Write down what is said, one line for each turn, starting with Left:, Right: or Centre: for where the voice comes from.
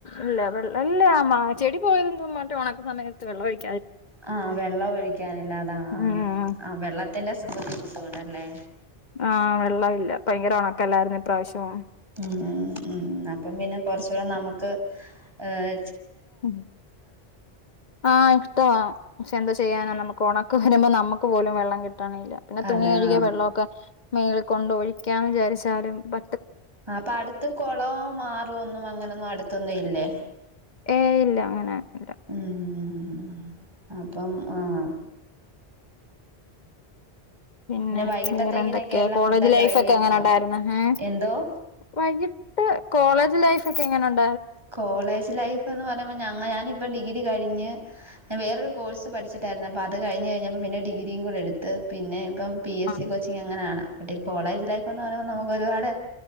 Left: ഇല്ല വെള്ളല്ല അമ്മ ചെടി പോയത് എന്ത മറ്റ ഉണക്ക സമയത്ത് വെള്ളൊഴിക്ക
Right: ആഹവെള്ളം ഒഴിക്കാനില്ലാതാ
Left: ഉം
Right: ആഹ് വെള്ളത്തിന്റെ ബുദ്ധിമുട്ട്. തണല്ലേ
Left: ആഹ! വെള്ളമില്ല ഭയങ്കര ഉണക്കല്ലായിരുന്നു ഇപ്രാവശ്യം.
Right: ഉ ഉം അപ്പം പിന്നെ കൊറച്ചൂടെ നമ്മുക്ക് ആഹ
Left: ഉ ആഹ! ഇഷ്ടവാ. പക്ഷെ എന്താ ചെയ്യാന നമുക്ക് ഉണക്ക വരുമ്പോ നമ്മുക്ക് പോലും വെള്ളം കിട്ടണല്ല പിന്നെ തുണി
Right: അതെ
Left: കഴുകിയ
Right: ആഹ്
Left: വെള്ളമൊക്കെ മേളിൽ കൊണ്ട് ഒഴിക്കാന്ന് വിചാരിച്ചാലും പ
Right: അപ്പൊ അടുത്ത് കുളവും മാറും ഒന്നും അങ്ങനൊന്നും അടുത്തൊന്നും ഇല്ലേ?
Left: ഏയ് ഇല്ല അങ്ങനെ ഇല്ല
Right: ഉം അപ്പം ആഹ്
Left: പിന്നെ
Right: വൈകിട്ടത്തേക്കിനൊക്കെ
Left: വേറെന്തൊക്കെയാ.
Right: എല്ലാം
Left: കോളേജ്
Right: ഫുഡൊക്കെ
Left: ലൈഫ്
Right: റെഡി
Left: ഒക്കെ
Right: ആക്കിയോ
Left: അങ്ങനെണ്ടായിരുന്ന്‌? മ്
Right: എന്തോ
Left: വൈകിട്ട് കോളേജ് ലൈഫ് ഒക്കെങ്ങനെയണ്ട്
Right: കോളേജ് ലൈഫ് ഇപ്പന്ന് പറയുമ്പോൾ ഞ ഞാനിപ്പം ഡിഗ്രി കഴിഞ്ഞ് ഞാൻ വേറൊരു കോഴസ് പഠിച്ചിട്ടായിരുന്നു അപ്പൾ അത് കഴിഞ്ഞ കഴിഞ്ഞപ്പ പിന്നേ ഡിഗ്രും കൂടെ എടുത്ത് പിന്നെ ഇപ്പം പി എസ്
Left: ആ
Right: സി കോച്ചിങ്ങ് അങ്ങനാണ് പ കോളേജ് ലൈഫ് എന്ന് പറയുമ്പോൾ നമുക്ക് ഒരുപാട്